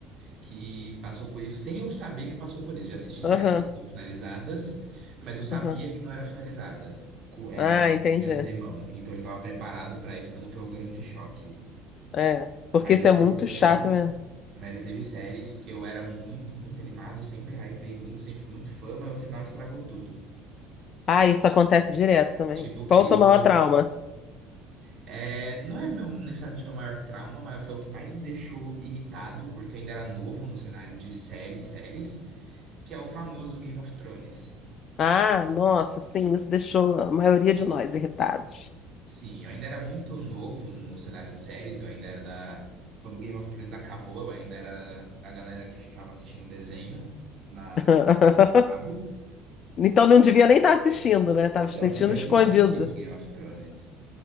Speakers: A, on the right; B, on the left.
A: que passou por isso, sem eu saber que passou por isso. Já assisti séries
B: Aham,
A: não finalizadas, mas eu sabia
B: aham.
A: que não era finalizada, co- é,
B: Ah, entendi.
A: de antemão. Então eu já estava preparado para isso, então não foi o grande choque.
B: É, porque
A: Mas
B: isso
A: já
B: é
A: teve
B: muito
A: séries,
B: chato mesmo.
A: mas já teve séries que eu era muito, muito animado, sempre hypei muito, sempre fui muito fã, mas o final estragou tudo.
B: Ah, isso acontece direto também.
A: Tipo, o querido.
B: Qual o seu maior trauma?
A: É, não é meu, necessariamente meu maior trauma, mas foi o que mais me deixou irritado, porque eu ainda era novo no cenário de séries, séries, que é o famoso Game of Thrones.
B: Ah, nossa, sim, isso deixou a maioria de nós irritados.
A: Sim, eu ainda era muito novo no cenário de séries, eu ainda era da. Quando o Game of Thrones acabou, eu ainda era a galera que ficava assistindo desenho na
B: <laughs>
A: TV a cabo.
B: Então não devia nem estar assistindo, né? Tava
A: Então,
B: assistindo
A: não devia
B: escondido.
A: nem estar assistindo Game of Thrones.